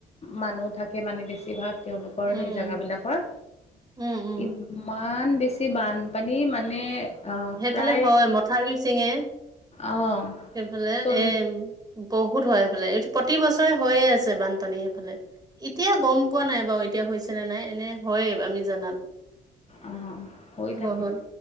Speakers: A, on the left (about 30°); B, on the right (about 20°).
A: মানুহ থাকে মানে বেছিভাগ। তেওঁলোকৰ
B: উম
A: সেই জেগাবিলাকৰ
B: উম উম
A: ইমান বেছি ছি বানপানী মানে আহ
B: সেইফালে
A: প্ৰায়
B: হয়
A: চব
B: মথাউৰীও চিঙে,
A: আহ
B: সেইফালে
A: চল
B: এম বহুত হয় সেইফালে, এইটো প্ৰতি বছৰে হৈয়ে আছে বানপানী সেইফালে। এতিয়া গ'ম পোৱা নাই বাৰু এতিয়া হৈছে নে নাই, এনে হয়ে আমি জানাত।
A: আহ হৈ থাকে
B: বহুত